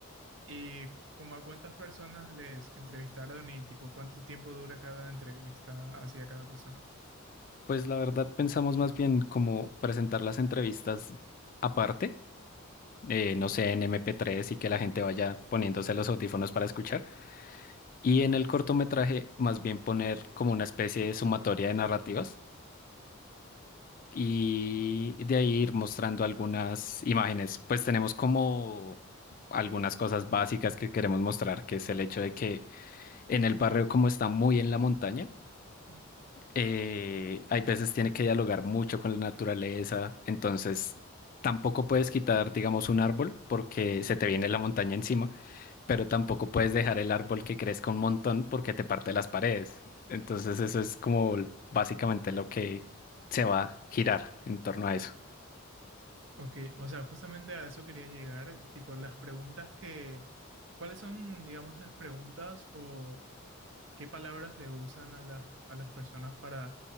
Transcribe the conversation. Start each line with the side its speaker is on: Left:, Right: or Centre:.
Right: y como a cuántas personas les entrevistaron y tipo cuánto tiempo dura cada entrevista hacia cada persona.
Left: Pues la verdad pensamos más bien como presentar las entrevistas aparte, eh, no sé, en MP3 y que la gente vaya poniéndose los audífonos para escuchar. Y en el cortometraje más bien poner como una especie de sumatoria de narrativas y de ahí ir mostrando algunas imágenes. Pues tenemos como algunas cosas básicas que queremos mostrar, que es el hecho de que en el barrio como está muy en la montaña,
Right: Ujú.
Left: eh, hay veces tiene que dialogar mucho con la naturaleza, entonces tampoco puedes quitar, digamos, un árbol porque se te viene la montaña encima, pero tampoco puedes dejar el árbol que crezca un montón porque te parte las paredes. Entonces eso es como básicamente lo que se va a girar en torno a eso.
Right: Ok, o sea, justamente a eso quería llegar, tipo las preguntas que, ¿cuáles son, digamos, las preguntas o qué palabras le usan a las, a las personas para,